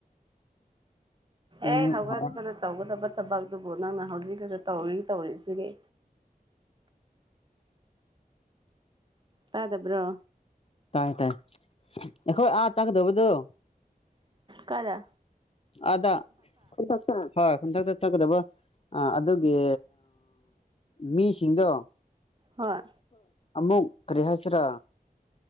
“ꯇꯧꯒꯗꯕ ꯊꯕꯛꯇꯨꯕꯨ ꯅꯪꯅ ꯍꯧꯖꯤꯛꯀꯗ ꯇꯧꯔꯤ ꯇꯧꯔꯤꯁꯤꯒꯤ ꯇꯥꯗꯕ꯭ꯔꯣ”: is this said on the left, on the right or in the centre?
Right